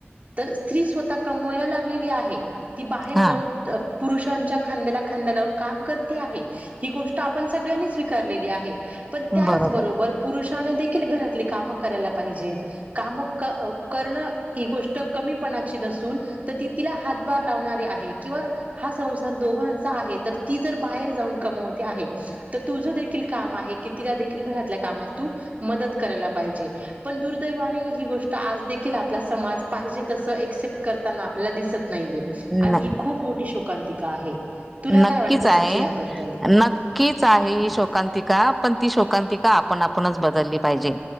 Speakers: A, on the right; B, in the centre.
A: तर स्त्री स्वतः कमवायला लागलेली आहे. ती बाहेर
B: हा
A: जाऊन अ पुरुषांच्या खांद्याला खांदा लावून काम करती आहे. ही गोष्ट आपण सगळ्यांनी स्वीकारलेली आहे, पण त्याचबरोबर
B: बरोबर
A: पुरुषानेदेखील घरातली काम करायला पाहिजेत, काम क करणं ही गोष्ट कमी पणाची नसून, तर ती तिला हातभार लावणारी आहे. किंवा हा संसार दोघांचा आहे, तर ती जर बाहेर जाऊन कमवते आहे. तर तुझ देखील काम आहे. की तिला देखील घरातल्या कामात तू मदत करायला पाहिजे पण दुर्दैवाने हि गोष्ट आज देखील, आपला समाज पाहिजे, तस एक्सेप्ट करताना आपण आपल्याला दिसत नाहीये. आणि
B: न
A: ही खूप मोठी शोकांतिका आहे. तुला
B: नक्कीच
A: काय वाटतं सखी
B: आहे!
A: याबद्दल?
B: नक्कीच! आहे ही शोकांतिका पण ती शोकांकिका आपण आपणच बदलली पाहिजे.